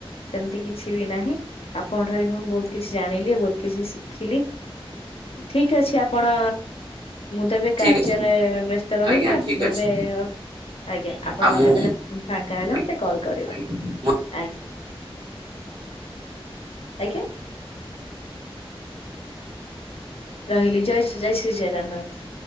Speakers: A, on the left (about 75°); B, on the right (about 60°).
A: ସେମତି କିଛି ବି ନାହିଁ ଆପଣଙ୍କ ଠାରୁ ବି ମୁଁ ବୋହୁତ କିଛି ଜାଣିଲି ବୋହୁତ କିଛି ଶିଖିଲି। ଉଁ ଠିକ୍ ଅଛି। ଚି ଆପଣ ମୁଁ ତ ଏବେ
B: ଠିକ
A: କାର୍ଯ୍ୟରେ
B: ଅଛି
A: ବେସ୍ତ ରହିବି
B: ଆଜ୍ଞା
A: ଆବ୍
B: ଠିକ
A: ମୁଁ
B: ଅଛି।
A: ଏବେ ଆ ଆଜ୍ଞା ଆପଣ
B: ଆଉ ମୁଁ
A: କେତେନେ ଉଁ ଫାଙ୍କା ହେଲେ
B: ଆଜ୍ଞା
A: ମତେ କଲ୍ କରିବେ
B: ଆଜ୍ଞା।
A: ଆଜ୍ ଆଜ୍ଞା। ରହିଲି ଜୟ ଶ୍ରୀ ଜୟ ଶ୍ରୀ ଜଗନ୍ନାଥ।